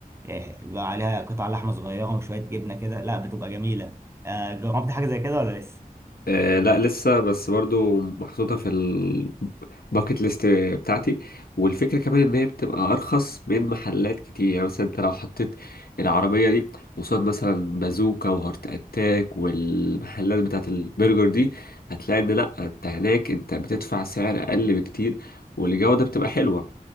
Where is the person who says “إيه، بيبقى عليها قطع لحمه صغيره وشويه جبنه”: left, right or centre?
Right